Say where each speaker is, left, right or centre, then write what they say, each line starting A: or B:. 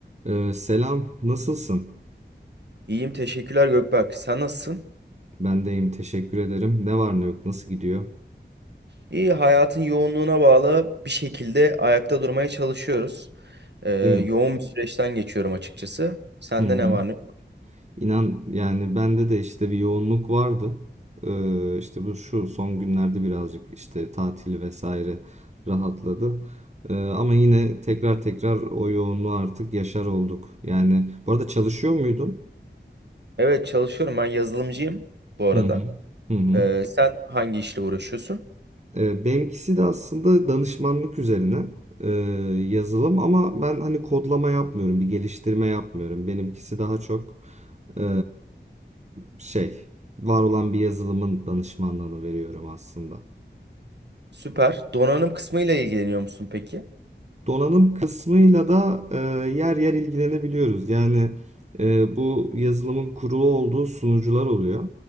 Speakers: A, on the right; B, on the right.
A: Ee, selam, nasılsın?
B: İyiyim teşekkürler Gökberk. Sen nasılsın?
A: Ben deyim, teşekkür ederim. Ne var ne yok, nasıl gidiyor?
B: İyi hayatın yoğunluğuna bağlı bir şekilde ayakta durmaya çalışıyoruz. Ee,
A: Değil mi?
B: yoğun bir süreçten geçiyorum açıkçası. Sende
A: Hı hı.
B: ne var ne yok?
A: İnan yani bende de işte bir yoğunluk vardı. Ee, işte bu şu son günlerde birazcık işte tatil vesaire rahatladı. Ee, ama yine tekrar tekrar o yoğunluğu artık yaşar olduk. Yani bu arada çalışıyor muydun?
B: Evet çalışıyorum. Ben yazılımcıyım bu arada.
A: Hı hı. Hı hı.
B: Ee, sen hangi işle uğraşıyorsun?
A: E, benimkisi de aslında danışmanlık üzerine e, yazılım ama ben hani kodlama yapmıyorum, bir geliştirme yapmıyorum. Benimkisi daha çok e, şey, var olan bir yazılımın danışmanlığını veriyorum aslında.
B: Süper. Donanım kısmıyla ilgileniyor musun peki?
A: Donanım kısmıyla da e, yer yer ilgilenebiliyoruz. Yani e, bu yazılımın kurulu olduğu sunucular oluyor.